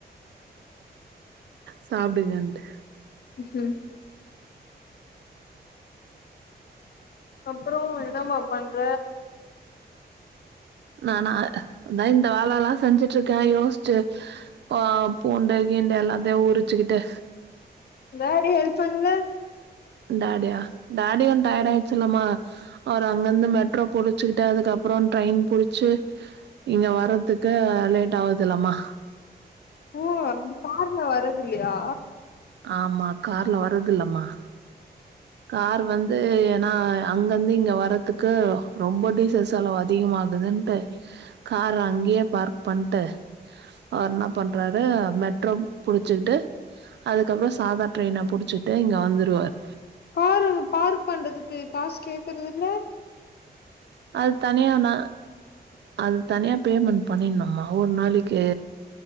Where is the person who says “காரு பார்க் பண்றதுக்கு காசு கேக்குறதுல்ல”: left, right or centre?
Left